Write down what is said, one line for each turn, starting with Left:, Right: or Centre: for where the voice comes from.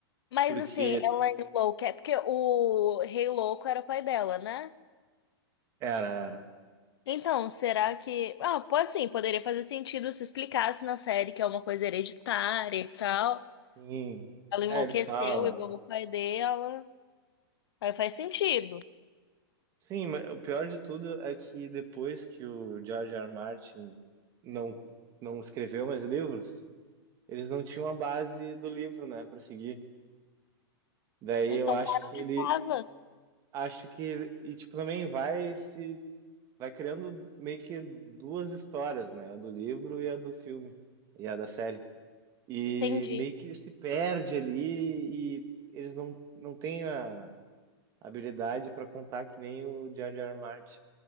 Left: Mas
Right: Porque
Left: assim, ela enlouquece. Porque o Rei Louco era pai dela, né?
Right: era, era.
Left: Então, será que. Ah, pô, assim, poderia fazer sentido se explicasse na série que é uma coisa hereditária e tal.
Right: Sim.
Left: Ela enlouqueceu
Right: É, eles falam.
Left: igual o pai dela. Aí faz sentido.
Right: Sim, mas o pior de tudo é que depois que o George R. R. Martin não, não escreveu mais livros, eles não tinham a base do livro, né, para seguir. Daí
Left: Então,
Right: eu acho
Left: para
Right: que
Left: onde
Right: ele,
Left: tava.
Right: acho que ele- e tipo também vai se vai criando meio que duas histórias, né, a do livro e a do filme e a da série. E
Left: Entendi.
Right: meio que ele se perde ali e eles não, não têm a habilidade para contar que nem o Jar Jar Martin.